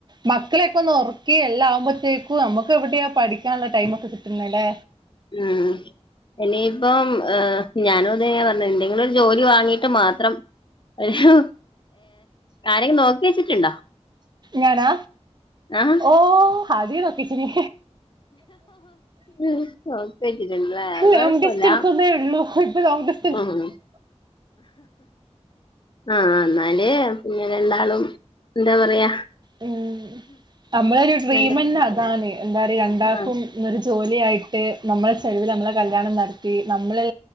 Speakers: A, on the right; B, on the left.
A: മക്കളൊക്കെ ഒന്ന് ഉറക്കി എല്ലാംആകുമ്പോഴത്തേക്കും നമുക്ക് എവിടെയാ പഠിക്കാനുള്ള ടൈം ഒക്കെ കിട്ടുന്നല്ലേ
B: ഉം ഇനിയിപ്പം ഏഹ് ഞാനും അത് തന്നെ പറഞ്ഞെ എന്തെങ്കിലും ഒരു ജോലി വാങ്ങീട്ട് മാത്രം ഏഹ് ആരെങ്കിലും നോക്കി വെച്ചിട്ടുണ്ടോ
A: ഞാനാ
B: ആഹ്
A: ഓ ആദ്യേ നോക്കിവെച്ചിനി
B: നോക്കി വെച്ച്ക്ക്‌ണ്ല്ലേ അത്‌
A: ലോങ്
B: കുഴപ്പമില്ല
A: <unintelligible> ഉള്ളൂ ഇപ്പോ ലോങ്ങ്‌ ഡിസ്റ്റൻസ്
B: ആഹ് ആഹ എന്നാല് പിന്നെ രണ്ടാളും എന്താ പറയാ
A: ഉം നമ്മളൊരു ഡ്രീമെന്നെ
B: നല്ല
A: അതാണ് എന്താ പറയാ രണ്ടാക്കും
B: ആഹ്
A: ഒരു ജോലിയായിട്ട് നമ്മളെ ചിലവില് നമ്മളെ കല്യാണം നടത്തി നമ്മളെ